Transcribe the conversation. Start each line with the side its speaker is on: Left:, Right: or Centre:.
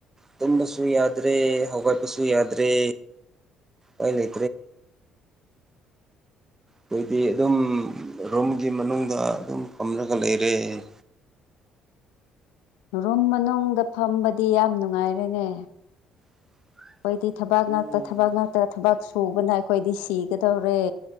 Right: ꯇꯨꯝꯕꯁꯨ ꯌꯥꯗ꯭ꯔꯦ ꯍꯧꯒꯠꯄꯁꯨ ꯌꯥꯗ꯭ꯔꯦ ꯑꯩꯅ ꯊꯦ ꯑꯩꯈꯣꯏꯗꯤ ꯑꯗꯨꯝ ꯔꯨꯝꯒꯤ ꯃꯅꯨꯡꯗ ꯑꯗꯨꯝ ꯐꯝꯂꯒ ꯂꯩꯔꯦ ꯎꯝ
Left: ꯔꯨꯝ ꯃꯅꯨꯡꯗ ꯐꯝꯕꯗꯤ ꯌꯥꯝ ꯅꯨꯡꯉꯥꯏꯔꯦꯅꯦ
Right: <unintelligible>
Left: ꯑꯩꯈꯣꯏꯗꯤ ꯊꯕꯛ
Right: ꯎꯝ
Left: ꯉꯥꯛꯇ ꯊꯕꯛ ꯉꯥꯛꯇ ꯊꯕꯛ ꯁꯨꯕꯅ ꯑꯩꯈꯣꯏꯗꯤ ꯁꯤꯒꯗꯧꯔꯦ